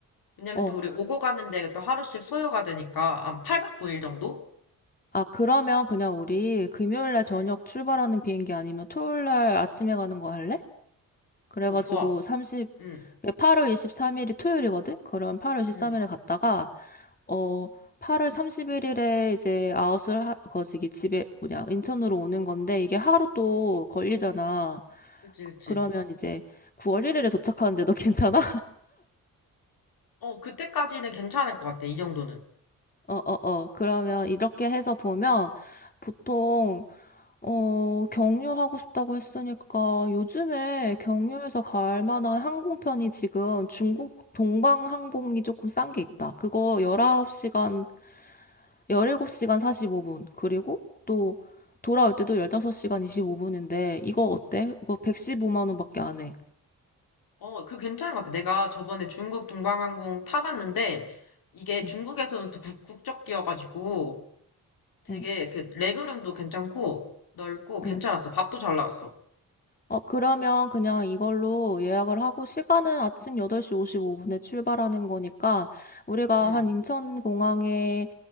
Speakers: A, on the left; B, on the left.
A: 왜냐면
B: 어.
A: 또 우리 오고 가는데 또 하루씩 소요가 되니까 한 8박 9일 정도?
B: 아, 그러면 그냥 우리 금요일 날 저녁
A: 응,
B: 출발하는 비행기 아니면 토요일 날 아침에 가는 거 할래? 그래가지고
A: 오, 좋아.
B: 삼십,
A: 응.
B: 8월 23일이 토요일이거든? 그럼 8월 23일에
A: 응,
B: 갔다가 어, 8월 31일에 이제 아웃을 하, 거시기 집에, 뭐냐, 인천으로 오는 건데, 이게 하루 또 걸리잖아.
A: 그치, 그치.
B: 그러면 이제 9월 1일에 도착하는데 너 <laughs> 괜찮아?
A: 어, 그때까지는 괜찮을 것 같아, 이 정도는.
B: 어, 어, 어. 그러면 이렇게 해서 보면, 보통, 어, 경유하고 싶다고 했으니까, 요즘에 경유해서 갈 만한 항공편이 지금 중국 동방항공이 조금 싼 게 있다. 그거 19시간 17시간 45분. 그리고 또 돌아올 때도 15시간 25분인데 이거 어때? 이거 115만 원밖에 안 해.
A: 어, 그 괜찮은 것 같아. 내가 저번에 중국 동방항공 타봤는데, 이게
B: 응,
A: 중국에서는 또 국- 국적기여가지고, 되게
B: 응,
A: 그 레그룸도 괜찮고, 넓고, 괜찮았어.
B: 응.
A: 밥도 잘 나왔어.
B: 어, 그러면 그냥 이걸로 예약을 하고 시간은 아침 8시 55분에 출발하는 거니까 우리가
A: 응.
B: 한 인천공항에